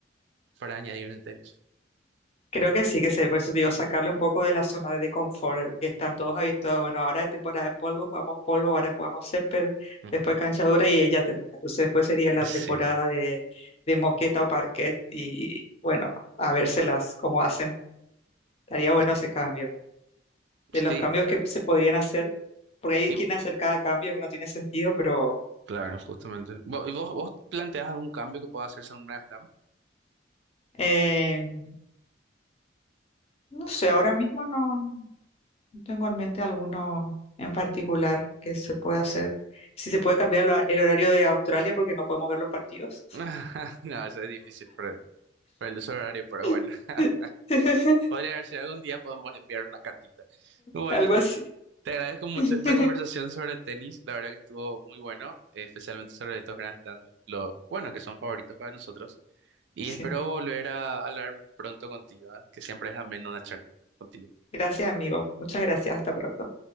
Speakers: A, on the right; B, on the left.
A: para añadir en el tenis.
B: creo que sí, que se, por eso digo, sacarle un poco de la zona de confort, eh, que están todos habituados. Bueno, ahora es temporada de polvo, jugamos polvo, ahora jugamos césped,
A: Ujú.
B: después cancha dura y ella termina. Entonces después sería la
A: Sí,
B: temporada de, de moqueta o parquet y bueno, a vérselas cómo hacen. Estaría bueno
A: Na-
B: ese cambio. De los
A: sí,
B: cambios que se podrían hacer, porque hay
A: y
B: quien
A: vo-
B: hacer cada cambio que no tiene sentido, pero...
A: claro, justamente. ¿Vo- y ¿Vos, vos, planteás algún cambio que pueda hacerse en un Grand Slam?
B: em, No sé, ahora mismo no, no tengo en mente alguno en particular que se pueda hacer. Si se puede cambiar el, hor- el horario de Australia porque no podemos ver los partidos.
A: <laughs> No, eso es difícil para, para el usuario, pero
B: <laughs>
A: bueno. <laughs> Podría ver si algún día podemos enviar una cartita. Bueno,
B: Algo así.
A: te agradezco mucho
B: <laughs>
A: esta conversación sobre tenis. La verdad que estuvo muy bueno, eh, especialmente sobre estos grandes Slams, los, los- bueno, que son favoritos para nosotros. Y
B: Sí.
A: espero volver a hablar pronto contigo, ¿eh? que siempre es ameno una charla contigo.
B: Gracias, amigo. Muchas gracias. Hasta pronto.